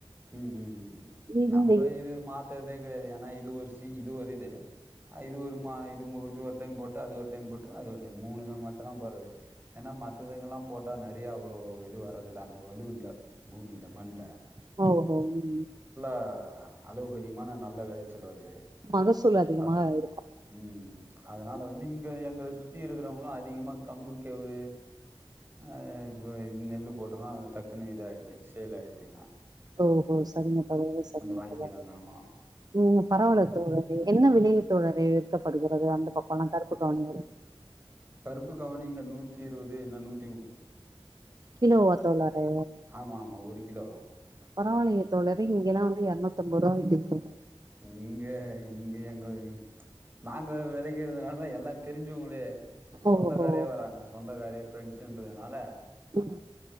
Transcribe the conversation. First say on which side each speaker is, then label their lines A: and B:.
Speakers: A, on the right (about 20°); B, on the right (about 40°).
A: ம் ம் ம்
B: இந்த
A: நம்ம இது மாத்தறதே கிடையாது ஏன்னா இது ஒரு சி இது ஒரு இது அ இது ஒரு மா இது இது ஒரு டைம் போட்டு அது ஒரு டைம் போட்டு அது ஒரு டைம் மூணு தா மட்டு தா போறது ஏன்னா மத்ததுங்கல்லாம் போட்டா நிறைய அவ்வளோ இது வர்றதில்ல அந்த வலுஇல்ல பூமில மண்ல
B: ஹோ ஓ ம்
A: ஹ அளவுக்கு அதிகமான நல்ல விளைச்சல் வருது
B: மகசூல் அதிகமா
A: அ
B: இருக்கு
A: உம் அதனால வந்து இங்க எங்க சுத்தி இருக்கிறவங்களும் அதிகமாக கம்பமு கேவுரு அ கொ இது நெல் போட் ஹ டக்குன்னு இது ஆய்டுது சேல் ஆயிடுது
B: ஓஹோ சரிங்க தோழரே சரிங்க
A: வாங்கிக்கிறாங்க
B: தோழரே
A: ஆமாம்
B: ம் பரவல தோழரே என்ன வி இளைய தோழரே விற்கப்படுகிறது அந்த பக்கம்ல்லாம் கருப்பு கவணி
A: கருப்பு கவனி இங்க நூத்தி இருபது இல்ல நூத்தி
B: கிலோவா தோழரே
A: ஆமாம் ஆமாம் ஒரு கிலோ
B: பரவாலையே தோழரு இங்கல்லாம் வந்து இரநூத் அம்போற்ப விக்கிது
A: இங்க இங்க எங்க நாங்க விலைகிறதுனால எல்லா தெரிஞ்சவங்களே சொந்தக்காரே
B: ஓஹோ
A: வராங்க சொந்தக்காரே ஃப்ரெண்ட்ஸுன்றதுனால
B: ம்